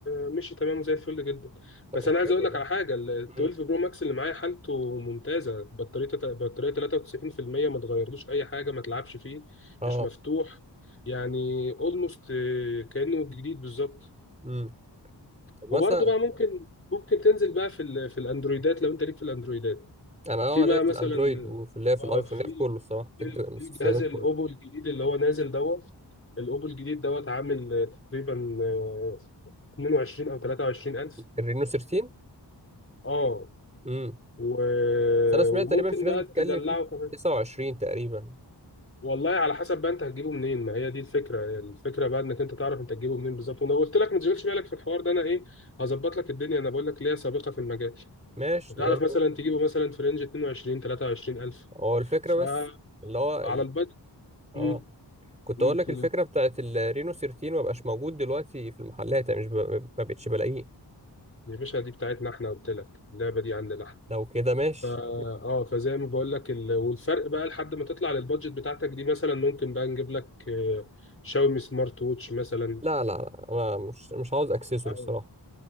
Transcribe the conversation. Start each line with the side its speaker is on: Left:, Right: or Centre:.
Left: آه، مشي تمام زي الفل جدا
Right: طب
Left: بس انا عايز
Right: حلو
Left: اقول لك
Right: ده
Left: على حاجه ال 12
Right: امم
Left: برو ماكس اللي معايا حالته ممتازه بطاريه بطاريه 93% ما تغيرلوش اي حاجه ما تلعبش فيه
Right: اه
Left: مش مفتوح يعني اولموست كانه جديد بالظبط
Right: امم طب
Left: وبرضه
Right: مثلا
Left: بقى ممكن ممكن تنزل بقى في ال... في الاندرويدات لو انت ليك في الاندرويدات
Right: انا اه
Left: في بقى
Right: ليا في
Left: مثلا
Right: الاندرويد وفي ليا في
Left: اه
Right: الايفون
Left: في
Right: ليا في كله الصراحه
Left: في
Right: فكره الاستخدام
Left: في الجهاز
Right: كله
Left: الاوبو الجديد اللي هو نازل دوت الاوبو الجديد دوت عامل آه، تقريبا آه، 22 او 23 الف
Right: الرينو 13
Left: اه
Right: امم
Left: و...
Right: بس انا سمعت
Left: وممكن
Right: تقريبا في ناس
Left: بقى
Right: بتتكلم
Left: تدلعه
Right: فيه ب
Left: كمان
Right: 29 تقريبا
Left: والله على حسب بقى انت هتجيبه منين ما هي دي الفكره الفكره بقى انك انت تعرف انت هتجيبه منين بالظبط وانا قلت لك ما تشغلش بالك في الحوار ده انا ايه هظبط لك الدنيا انا بقول لك ليا سابقه في المجال
Right: ماشي
Left: وتعرف
Right: ده الفل
Left: مثلا تجيبه مثلا في رينج 22 23 الف
Right: هو الفكره
Left: فعلى
Right: بس اللي هو ال...
Left: البدء
Right: اه
Left: امم
Right: كنت
Left: قلت
Right: اقول لك
Left: له
Right: الفكره بتاعت الرينو 13 ما بقاش موجود دلوقتي في المحلات يعني مش ب... ما بقتش بلاقيه
Left: يا باشا دي بتاعتنا احنا قلت لك اللعبه دي عندنا احنا
Right: لو كده ماشي
Left: فا اه فزي ما بقول لك ال... والفرق بقى لحد ما تطلع للبادجت بتاعتك دي مثلا ممكن بقى نجيب لك آه، شاومي سمارت ووتش مثلا
Right: لا لا لا انا مش مش عاوز اكسسوري
Left: اه
Right: الصراحه